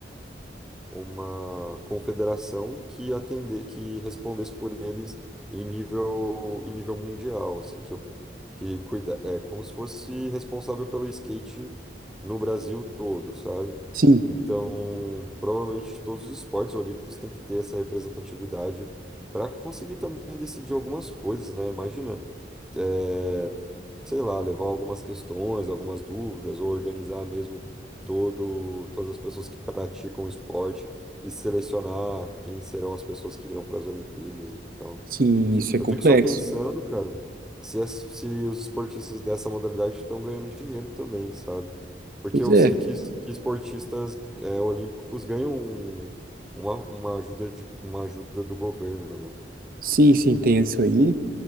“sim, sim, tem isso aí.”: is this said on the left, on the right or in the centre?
Right